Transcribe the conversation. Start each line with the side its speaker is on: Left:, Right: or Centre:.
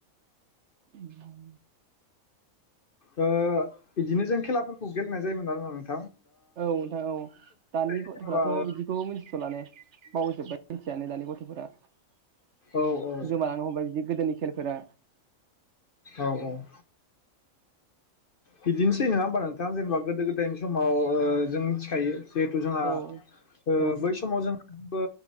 Right: उम
Left: ओ बिदिनो जों खेलाफोरखौ गेलेनाय जायोमोन आरो <unintelligible>
Right: औ नोंथां औ दानि गथ'फोराथ'
Left: जेनेबा औ
Right: बिदिखौ मिथि लानो बावजोबबाय मोनथियानो दानि गथ'फोरा ।
Left: औ औ
Right: गोमालांनो हमबाय बिदि गोदोनि खेलफोरा
Left: औ औ। <inaudible> बिदिनोसै नङा होमबा नोंथां? जेनेबा गोदो गोदायनि समाव जों मिथिखायो। जिहेथु जोंहा
Right: औ
Left: ओ
Right: औ
Left: बै समाव जों बो